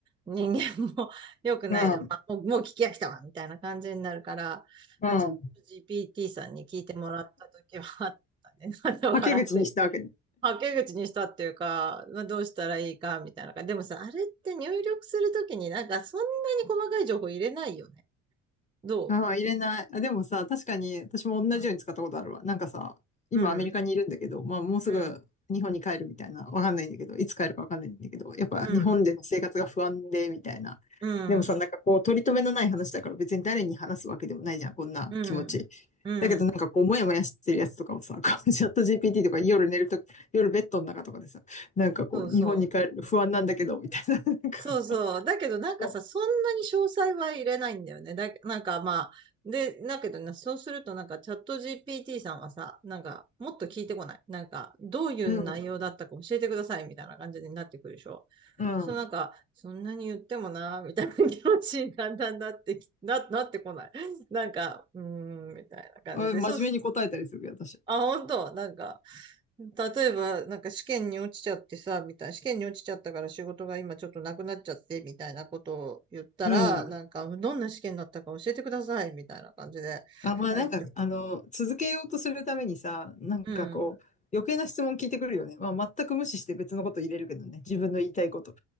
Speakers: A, on the right; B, on the left.
A: 人間も <laughs> 良くないじゃん。
B: うん。
A: まあ、
B: うん。
A: もう、もう聞き飽きたわ、みたいな感じになるから、
B: うん。
A: まあ、ちょっと GPT さんに聞いてもらった時はあったね。<laughs> また笑って
B: はけ口にしたわけね
A: はけ口にしたっていうか、まあ、どうしたらいいかみたいな感じ。でもさ、あれって入力するときになんかそんなに細かい情報入れないよね。ど
B: ああ、入れない。あ、でもさ、確かに私も同じように使ったことあるわ。
A: う
B: なんかさ、今アメリカにいるんだけど、
A: うん。
B: まあもうすぐ日本に帰るみたいな、
A: うん。
B: わかんないんだけど、いつ帰るかわかんないんだけど、やっぱ日本での生活が不安で、
A: うん。
B: みたいな。
A: うん。
B: でもさ、なんかこう、取り留めのない話だから別に誰に話すわけでもないじゃん、こんな気持ち。
A: うん。うん。
B: だけどなんかこう、もやもやしてるやつとかをさ、こう <laughs> チャット GPT とか夜寝るとき、夜ベッドの中とかでさ、なんかこう、
A: そうそう。
B: 日本に帰るの不安なんだけど、みたいな。なんか
A: そうそう。だけどなんかさ、
B: こ
A: そんなに詳細は入れないんだよね。だ、なんかまあ、で、だけどね、そうするとなんかチャット GPT さんはさ、なんかもっと聞いてこない。なんか、どういう内容だったか教えてくださいみたいな感じになってくるでしょ。
B: う、うん、うん。
A: そのなんか、そんなに言ってもな、みたいな気持ちにだんだんなってき、<laughs> な、なってこない。なんか、うーん、みたいな感じで。
B: あ真面目に答えたりするけど、
A: そうっす。
B: 私。
A: あ、本当なんか、例えば、なんか試験に落ちちゃってさ、みたいな、試験に落ちちゃったから仕事が今ちょっとなくなっちゃって、みたいなことを言ったら、
B: うん。
A: なんか、どんな試験だったか教えてください、みたいな感じで。
B: あ、まあなんか、
A: はい。
B: あの、続けようとするためにさ、なんかこう、
A: うん。
B: 余計な質問聞いてくるよね。まあ全く無視して別のこと入れるけどね。自分の言いたいこと。